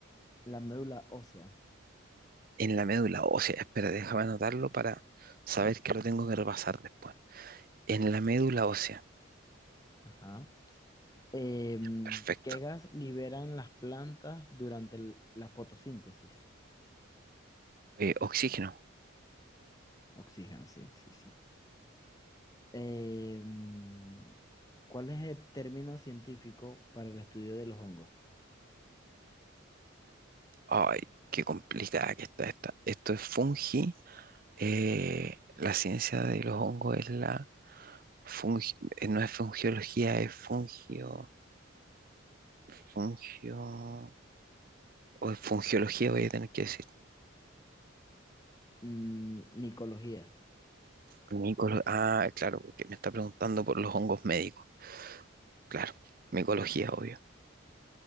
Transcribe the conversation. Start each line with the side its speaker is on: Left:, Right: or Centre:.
Left: La médula ósea.
Right: En la médula ósea. Espera, déjame anotarlo para saber que lo tengo que repasar después. En la médula ósea.
Left: Ajá. Em,
Right: Perfecto.
Left: ¿qué gas liberan las plantas durante el- la fotosíntesis?
Right: Eh, oxígeno.
Left: Oxígeno, sí, sí, sí. Em, ¿cuál es el término científico para el estudio de los hongos?
Right: Ay, qué complicada que está esta. Esto es fungi. Eh, la ciencia de los hongos es la fungi, eh, no es fungiología, es fungio, fungio. O es fungiología, voy a tener que decir.
Left: Mm, micología.
Right: Micolo- ah, claro, porque me está preguntando por los hongos médicos. Claro, micología, obvio.